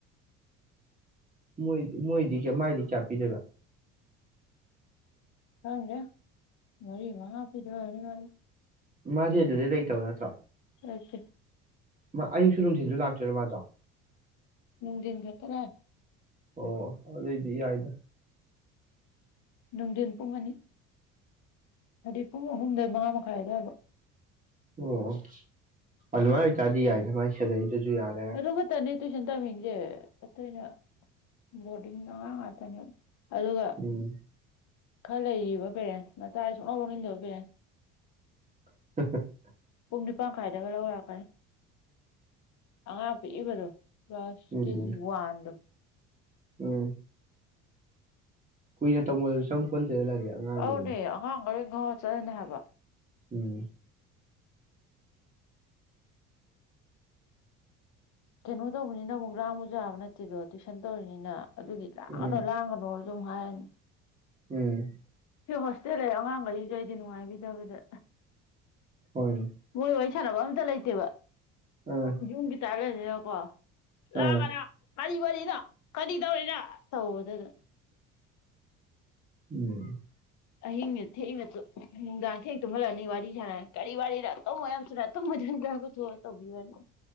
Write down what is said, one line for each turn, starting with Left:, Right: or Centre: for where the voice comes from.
Right: ꯃꯣꯏ ꯃꯣꯏꯗꯤ ꯀꯌꯥ ꯃꯥꯏꯗꯤ ꯀꯌꯥ ꯄꯤꯗꯣꯏꯕ꯫
Left: ꯈꯪꯗꯦ ꯃꯔꯤ ꯃꯉꯥ ꯄꯤꯗꯣꯏ ꯑꯣꯏꯔꯝꯅꯤ ꯃꯥꯒꯤ꯫
Right: ꯃꯥꯗꯤ ꯑꯗꯨꯗ ꯂꯩꯇꯕ ꯅꯠꯇ꯭ꯔꯣ꯫
Left: ꯂꯩꯇꯦ꯫
Right: ꯃꯥ ꯑꯌꯨꯛꯁꯨ ꯅꯨꯡꯊꯤꯟꯁꯨ ꯂꯥꯛꯇꯣꯏꯔꯣ ꯃꯥꯖꯨ꯫
Left: ꯅꯨꯡꯗꯤꯟ ꯈꯠꯇ ꯂꯥꯏ꯫
Right: ꯑꯣ ꯑꯗꯨꯏꯗꯤ ꯌꯥꯏꯗ꯫
Left: ꯅꯨꯡꯗꯤꯟ ꯄꯨꯡ ꯑꯅꯤ꯫ ꯍꯥꯏꯗꯤ ꯄꯨꯡ ꯑꯍꯨꯝꯗꯩ ꯃꯉꯥ ꯃꯈꯥꯏ ꯑꯗꯨꯋꯥꯏꯕꯧ꯫
Right: ꯑꯣ ꯑꯗꯨꯃꯥꯏꯅ ꯑꯣꯏꯇꯥꯔꯗꯤ ꯌꯥꯏꯗ ꯃꯥꯏ ꯁꯦꯂꯔꯤꯗꯨꯁꯨ ꯌꯥꯔꯦ꯫
Left: ꯑꯗꯨ ꯈꯛꯇꯅꯦ ꯇꯨꯏꯁꯟ ꯇꯝꯃꯤꯁꯦ ꯑꯇꯩꯅ ꯕꯣꯔꯗꯤꯡ ꯑꯉꯥꯡ ꯉꯥꯛꯇꯅꯦ꯫ ꯑꯗꯨꯒ
Right: ꯎꯝ
Left: ꯈꯔ ꯂꯩꯔꯤꯕ ꯄꯦꯔꯦꯟ ꯃꯆꯥ ꯁꯨꯡꯂꯧ ꯂꯧꯅꯤꯡꯗꯕ ꯄꯦꯔꯦꯟꯁ꯫
Right: <unintelligible>
Left: ꯄꯨꯡ ꯅꯤꯄꯥꯟ ꯈꯥꯏꯗꯒ ꯂꯧꯂꯥꯛꯀꯅꯤ꯫ ꯑꯉꯥꯡ ꯄꯤꯛꯏꯕꯗꯨ ꯀ꯭ꯂꯥꯁ
Right: ꯎꯝ
Left: ꯀꯦꯖꯤ ꯋꯥꯟꯗꯣ꯫
Right: ꯎꯝ ꯀꯨꯏꯅ ꯇꯧꯃꯜꯖꯨ ꯆꯪꯄꯣꯟꯇꯦꯗ ꯂꯥꯏꯔꯤꯛ꯫ ꯑꯉꯥꯡꯗꯗꯤ
Left: ꯑꯧꯅꯦ ꯑꯉꯥꯡ ꯒꯩ ꯉꯥꯎ ꯆꯠꯂꯅꯤ ꯍꯥꯏꯕ꯫
Right: ꯎꯝ
Left: ꯀꯩꯅꯣ ꯇꯧꯕꯅꯤꯅ ꯑꯃꯨꯛ ꯂꯥꯡꯕꯁꯨ ꯌꯥꯕ ꯅꯠꯇꯦꯗꯣ ꯇꯨꯏꯁꯟ ꯇꯧꯔꯤꯅꯤꯅ ꯑꯗꯨꯒꯤ ꯂꯥꯡꯅ
Right: ꯎꯝ
Left: ꯂꯥꯡꯉꯅꯣ ꯗꯨꯝ ꯍꯥꯏꯔꯅꯤ꯫
Right: ꯎꯝ
Left: ꯁꯤ ꯍꯣꯁꯇꯦꯜ ꯂꯩ ꯑꯉꯥꯡꯒꯩꯁꯤꯖꯨ ꯑꯩꯗꯤ ꯅꯨꯡꯉꯥꯏꯕꯤꯗꯕꯗ꯫
Right: ꯍꯣꯏ꯫
Left: ꯃꯣꯏ ꯋꯥꯔꯤ ꯁꯥꯟꯅꯕ ꯑꯝꯇ ꯂꯩꯇꯦꯕ꯫
Right: ꯑꯥ꯫
Left: ꯌꯨꯝꯒꯤ ꯇꯥꯏ ꯂꯩꯕꯅꯤꯅꯀꯣ꯫ ꯂꯥꯡꯒꯅꯣ
Right: ꯑꯥ
Left: ꯀꯔꯤ ꯋꯥꯔꯤꯅꯣ ꯀꯔꯤ ꯇꯧꯔꯤꯅꯣ ꯇꯧꯕꯗꯨꯗ꯫
Right: ꯎꯝ
Left: ꯑꯍꯤꯡ ꯅꯦ ꯊꯦꯡꯅ ꯇꯨ ꯅꯨꯡꯗꯥꯡ ꯊꯦꯡ ꯇꯨꯝꯍꯜꯂꯅꯤ ꯋꯥꯔꯤ ꯁꯥꯔꯛꯑꯅꯤ ꯀꯔꯤ ꯋꯥꯔꯤꯔ ꯇꯨꯝꯃꯨ ꯌꯥꯝ ꯊꯨꯅ ꯇꯨꯝꯃꯨ <inaudible> ꯆꫭ <unintelligible>